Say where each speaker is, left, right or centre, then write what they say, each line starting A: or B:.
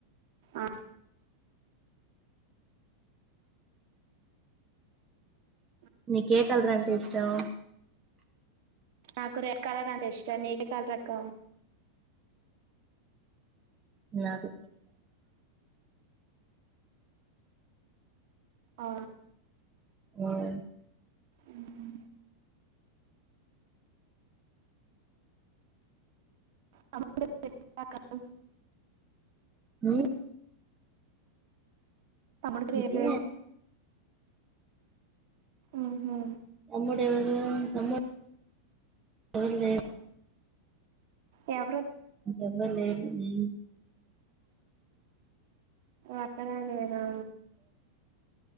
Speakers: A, on the right; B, on the right.
A: ఆ అ
B: నీకు ఏ కలర్ అంటే ఇష్టం?
A: నాకు రెడ్ కలర్ అంటే ఇష్టం నీకు ఏ కలర్ అక్క
B: నాకు
A: అ
B: యుఎన్.
A: ఉమ్. పడుతుంటే తిప్పలు.
B: ఉమ్.
A: తమ్ముడు పెళ్లి
B: అంటే
A: ఏం చేయన్. ఉహూ.
B: తమ్ముడు <unintelligible> తమ్ముడు. ఏం లేదు.
A: యా.
B: ఎవ్వరు లేరు ఉమ్.
A: అక్కడ నేనా.